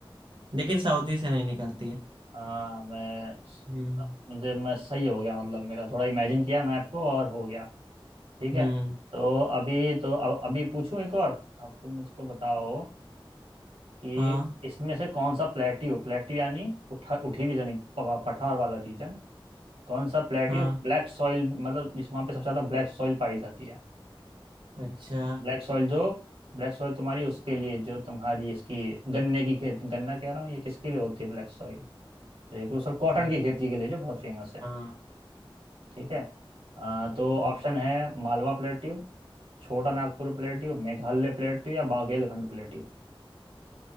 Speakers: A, on the right; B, on the right.
A: लेकिन सऊदी से नहीं निकलती है
B: हाँ, मैं
A: हम्म
B: मुझे मैं सही हो गया मतलब मेरा थोड़ा इमेजिन किया मैं आपको और हो गया ठीक
A: हम्म
B: है तो अभी तो अब अभी पूछूं एक और अब तुम मुझको बताओ कि
A: हाँ
B: इसमें से कौन सा प्लेट्यू प्लेट्यू यानी उठा उठी हुई जमीन प- पठार वाला रीजन कौन सा प्लेट्यू
A: हाँ
B: ब्लैक सॉइल मतलब जिस वहाँ पे सबसे ज़्यादा ब्लैक सॉइल पाई जाती है
A: अच्छा
B: ब्लैक सॉइल जो ब्लैक सॉइल तुम्हारी उसके लिए जो तुम्हारी इसकी गन्ने की खेत गन्ना कह रहा हूँ ये किसके लिए होती है ब्लैक सॉइल तो एक दूसरा कॉटन
A: हम्म,
B: की खेती के लिए जो बहुत फेमस है
A: हाँ
B: ठीक है अ, तो
A: हम्म
B: ऑप्शन है Malwa plateau Chota Nagpur plateau Meghalaya plateau या बाघेलखंड प्लेट्यू